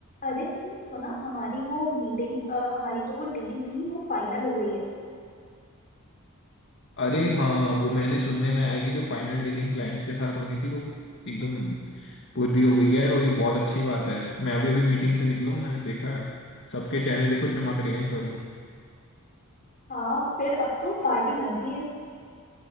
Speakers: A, on the left (about 40°); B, on the left (about 55°).
A: अरे तुमने सुना हमारी वो मीटिंग हमारी जो वो डील थी वो फाइनल हो गई है
B: अरे हाँ वो मैंने सुनने में आया कि जो फाइनल डीलिंग क्लाइंट्स के साथ होनी थी वो एकदम पूरी हो गई है और ये बहुत अच्छी बात है मैं अभी अभी मीटिंग से निकला हूँ मैंने देखा सबके चेहरे देखो चमक रहे हैं एकदम
A: हाँ फिर अब तो पार्टी बनती है